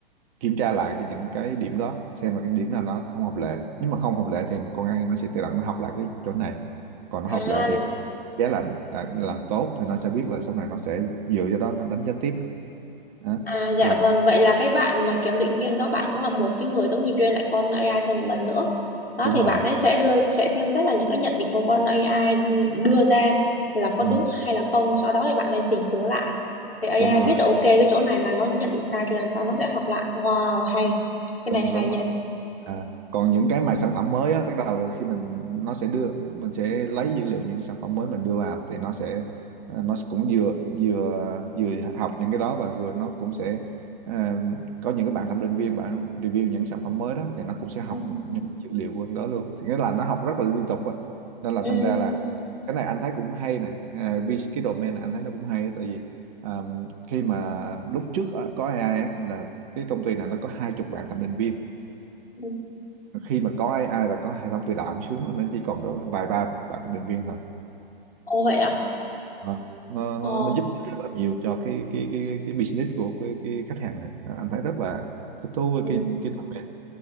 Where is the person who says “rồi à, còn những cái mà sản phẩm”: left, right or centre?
Right